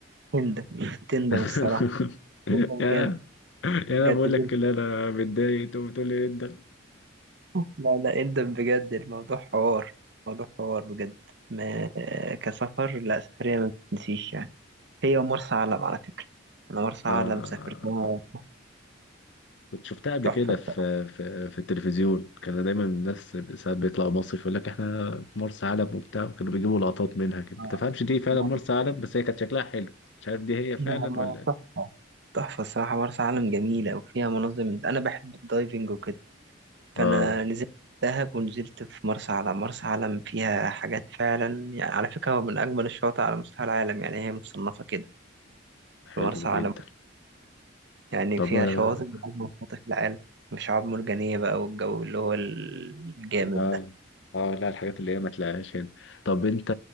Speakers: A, on the right (about 60°); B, on the left (about 65°).
A: تندم تندم
B: <laughs>
A: الصراحة تندم
B: يا
A: جامد
B: يا انا
A: بجد
B: بقول لك اللي انا متضايق انت بتقول لي انت
A: لا لا اندم بجد الموضوع حوار موضوع حوار بجد ما كسفر لا سفرية ما بتنسيش يعني هي مرسى علم على فكرة أنا مرسى
B: <laughs>
A: علم
B: آه،
A: سافرتها
B: كنت شفتها قبل
A: تحفة
B: كده
A: بصراحة
B: في في في التلفزيون كانوا دايما الناس ساعات بيطلعوا مصيف يقول لك احنا في مرسى علم وبتاع كانوا بيجيبوا لقطات منها كده ما
A: آه،
B: تفهمش دي فعلا
A: لا
B: مرسى علم بس هي كانت شكلها حلو مش عارف دي هي فعلا
A: لا لا،
B: ولا إيه.
A: تحفة تحفة الصراحة مرسى علم جميلة وفيها مناظر من- أنا بحب الدايفنج وكده فأنا
B: اه
A: نزلت دهب ونزلت في مرسى علم مرسى علم فيها حاجات فعلا يعني على فكرة هو من أجمل الشواطئ على مستوى العالم يعني هي مصنفة كده
B: حلو
A: في مرسى
B: جدا
A: علم يعني
B: طب
A: فيها
B: اه
A: شواطئ من أجمل الشواطئ في العالم وشعاب مرجانية بقى والجو اللي هو الجامد
B: اه
A: ده
B: آه، لا الحاجات اللي هي ما تلاقيهاش هنا طب انت